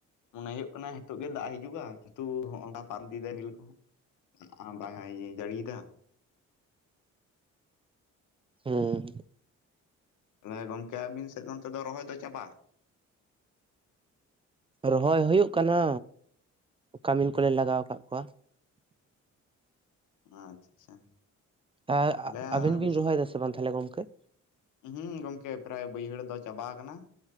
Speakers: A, on the left (about 85°); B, on the right (about 20°).
A: ᱢᱚᱱᱮ ᱦᱩᱭᱩᱜ ᱠᱟᱱᱟ ᱦᱤᱛᱚᱜ ᱜᱮ ᱫᱟᱜ ᱦᱤᱡᱩᱜᱼᱟ, ᱠᱤᱱᱛᱩ ᱦᱚᱸᱜ-ᱚᱝᱠᱟ ᱯᱟᱨᱚᱢ ᱤᱫᱤᱭ ᱫᱟᱭ ᱨᱤᱢᱤᱞ ᱠᱚᱦᱚᱸ ᱾ ᱫᱟᱜ ᱦᱟᱸᱜ ᱵᱟᱝᱟᱭ ᱡᱟᱲᱤᱭᱫᱟ ᱾
B: ᱦᱩᱸ
A: ᱛᱟᱦᱚᱞᱮ ᱜᱚᱢᱠᱮ ᱟᱵᱤᱱ ᱥᱮᱫ ᱚᱱᱛᱮ ᱫᱚ ᱨᱚᱦᱚᱭ ᱫᱚ ᱪᱟᱵᱟ?
B: ᱨᱚᱦᱚᱭ ᱦᱳᱭᱳᱜ ᱠᱟᱱᱟ᱾ ᱠᱟᱢᱤᱱ ᱠᱚᱞᱮ ᱞᱟᱜᱟᱣ ᱠᱟᱜ ᱠᱚᱣᱟ᱾
A: ᱟᱪᱪᱷᱟ ᱟᱪᱪᱷᱟ
B: ᱮᱜ
A: ᱛᱟᱦᱚᱞᱮ
B: ᱟᱵᱤᱱ
A: ᱵᱮᱥᱤ
B: ᱵᱤᱱ ᱨᱚᱦᱚᱭ ᱫᱟ ᱥᱮ ᱵᱟᱝ ᱛᱟᱦᱞᱮ ᱜᱚᱝᱠᱮ?
A: ᱦᱩᱸ ᱜᱚᱝᱠᱮ ᱯᱨᱟᱭ ᱵᱟᱹᱭᱦᱟᱹᱲ ᱫᱚ ᱪᱟᱵᱟ ᱟᱠᱟᱱᱟ᱾